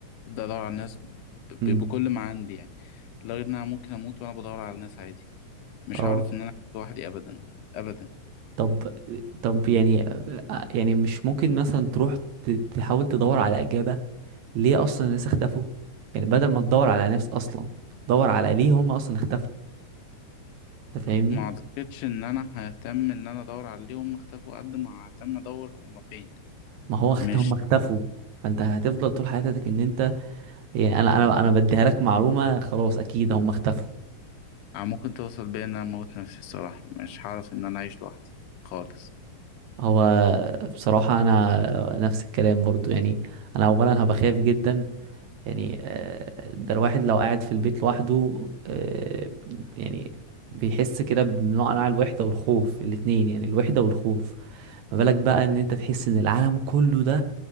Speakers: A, on the left (about 80°); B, on the right (about 70°).
A: هبدأ ادور على ناس
B: امم
A: ب... بكل ما عندي يعني لغير ان انا ممكن اموت وانا بدور على ناس عادي مش
B: اه
A: هعرف ان انا أعيش لوحدي ابدا ابدا
B: طب طب يعني آه، آه، يعني مش ممكن مثلا تروح ت- تحاول تدور على إجابة ليه اصلا الناس اختفوا يعني بدل ما تدور على ناس اصلا دور على ليه هم اصلا اختفوا انت فاهمني
A: ما اعتقدش ان انا ههتم ان انا ادور عليهم اختفوا قد ما ههتم ادور هما فين
B: ما هو اخت-
A: مش
B: هم اختفوا فانت هتفضل طول حياتك ان انت يعني انا انا انا بديها لك معلومه خلاص اكيد هم اختفوا
A: ممكن توصل بيا ان انا اموت نفسي الصراحه مش هعرف ان انا اعيش لوحدي خالص
B: هو بصراحه انا نفس الكلام برضو يعني انا اولا هبقى خايف جدا يعني آه، ده الواحد لو قاعد في البيت لوحده آه، يعني بيحس كده بنوع انواع الوحدة والخوف الاتنين يعني الوحدة والخوف ما بالك بقى ان انت تحس ان العالم كله ده